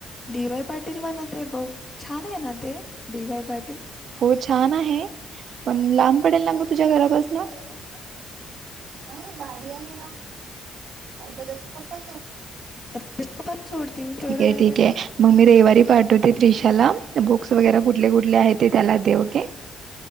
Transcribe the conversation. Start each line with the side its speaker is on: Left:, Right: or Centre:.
Left: डी वाय पाटील म्हणत आहे बघ छान आहे ना ते डी वाय पाटील?
Right: हो छान आहे पण लांब पडेल ना
Left: लांब
Right: गं तुझ्या
Left: पडेल
Right: घरापासन.
Left: ना मग तुझ्या घरापासून
Right: नाही गाडी आहे. नाहीतर त्याचे पप्पा सो
Left: <inaudible>
Right: ठीके आहे,
Left: काय
Right: ठीके
Left: त्या
Right: आहे, मग मी रविवारी पाठवते त्रिशाला बुक्स वगैरे कुठले कुठले आहेत? ते त्याला दे ओके.